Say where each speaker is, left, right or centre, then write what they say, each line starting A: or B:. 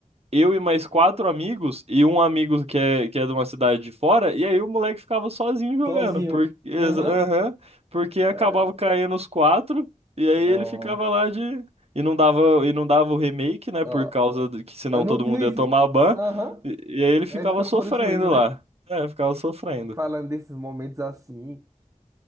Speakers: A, on the right (about 50°); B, on the right (about 25°).
A: eu e mais quatro amigos, e um amigo que é, que é de uma cidade de fora, e aí o moleque ficava sozinho jogando,
B: sozinho.
A: porque, exa-
B: Aham.
A: aham, porque acabava
B: Caramba.
A: caindo os quatro, e aí
B: Não,
A: ele ficava lá de. E não dava, e não dava o remake, né?
B: ó,
A: Por causa do, que senão
B: Ah, não,
A: todo
B: não,
A: mundo
B: exi-
A: ia tomar ban.
B: aham.
A: E, e aí ele ficava
B: Aí ficava
A: sofrendo
B: por isso mesmo, né?
A: lá. É, ficava sofrendo.
B: Falando desses momentos assim,